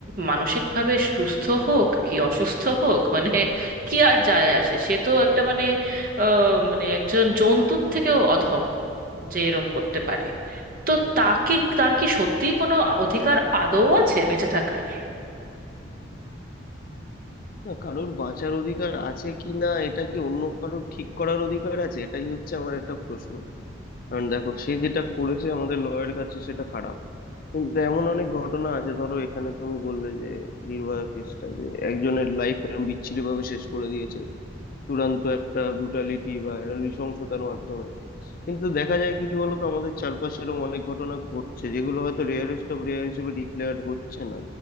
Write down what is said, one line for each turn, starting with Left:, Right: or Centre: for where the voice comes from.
Right: মানসিকভাবে সুস্থ হোক কি অসুস্থ হোক মানে কি আর যায় আসে সে তো একটা মানে আহ, মানে একজন জন্তুর থেকেও অধম যে এরম করতে পারে তো তাকে তার কি সত্যিই কোনো অধিকার আদৌ আছে বেঁচে থাকার
Left: না কারোর বাঁচার অধিকার আছে কি না এটা কি অন্য কারোর ঠিক করার অধিকার আছে এটাই হচ্ছে আমার একটা প্রশ্ন কারণ দেখো সে যেটা করেছে আমাদের লয়ের কাছে সেটা খারাপ কিন্তু এমন অনেক ঘটনা আছে ধরো এখানে তুমি বললে যে নির্ভয়া কেসটা যে একজনের লাইফ এরকম বিচ্ছিরি ভাবে শেষ করে দিয়েছে চূড়ান্ত একটা ব্রুটালিটি বা একটা নৃশংসতার মাধ্যমে কিন্তু দেখা যায় কি বলতো আমাদের চারপাশে এরকম অনেক ঘটনা ঘটছে যেগুলো হয়তো রেয়ারেস্ট অফ রেয়ার হিসেবে ডিক্লেয়ার্ড হচ্ছে না